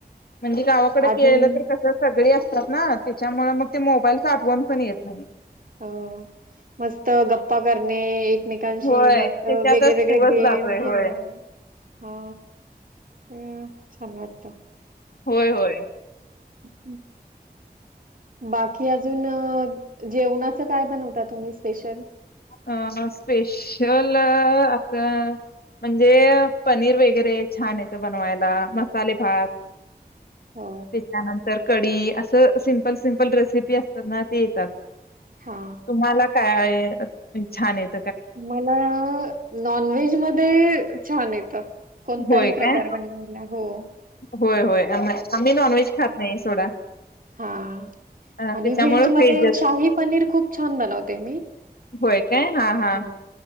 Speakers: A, on the left; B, on the right.
A: म्हणजे गावाकडे
B: आधी
A: गेलं तर कसं सगळी असत्यात ना त्याच्यामुळे मग ते मोबाईलचं आठवण पण येत नाही
B: अ मस्त गप्पा करणे एक एकमेकांशी
A: होय
B: मग
A: त्याच्यातच
B: वेगळे वेगळे
A: दिवस
B: गेम
A: जातोय
B: खेळणे
A: होय
B: हो खूप छान वाटतं
A: होय होय
B: हम्म. बाकी अजून जेवणाचं काय बनवता तुम्ही स्पेशल
A: अ न स्पेशल असं म्हणजे पनीर वगैरे छान येतं बनवायला मसाले भात
B: हो.
A: त्याच्यानंतर कढी असं सिंपल सिंपल रेसिपी असतात ना ते येतात
B: हा
A: मला काय आहे छान आहेत
B: मला नॉनव्हेज मध्ये छान येतं. कोणताही
A: होय
B: प्रकार
A: काय
B: बनवायला. हो
A: होय होय आ आम्ही नॉनव्हेज खात नाही सोडा
B: हा
A: अ,
B: आणि
A: त्याच्यामुळे
B: व्हेज
A: व्हेजच
B: मध्ये शाही पनीर खूप छान बनवते. मी
A: होय काय हा हा
B: हा